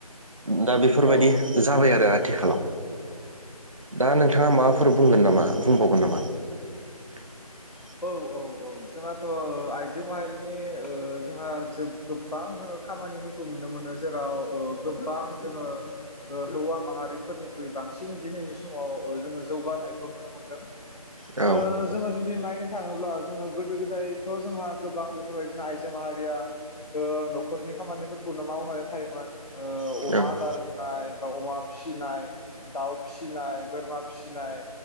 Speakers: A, on the right; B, on the left.
A: दा बेफोरबायदि
B: औ औ
A: जाबाय आर रो आथिखालाव दा नोंथाङा
B: औ
A: माबाफोर बुंगोन नामा बुंबावगोन नामा? <inaudible>
B: औ औ औ जोंहाथ' आइजो माहारिनि ओ जोंहा जो गोबां जोङो खामानिफोरखौ नुनो मोनो जेराव ओ गोबां जोङो हौवा माहारिफोरनिख्रुइ बांसिन दिनैनि समाव जोङो जौगानायखौ नुनो मोनदों
A: नामा
B: ओ जोङो जुदि नायनो थाङोब्ला जोङो गोदो गोदायथ' जोंहा गोबां बेफोरबायदिनो आइजो माहारिया ओ न'खरनि खामानिफोरखौनो मावनानै थायोमोन ओ
A: औ
B: अमा आदार होनाय बा अमा फिसिनाय दाउ फिसिनाय बोरमा फिसिनाय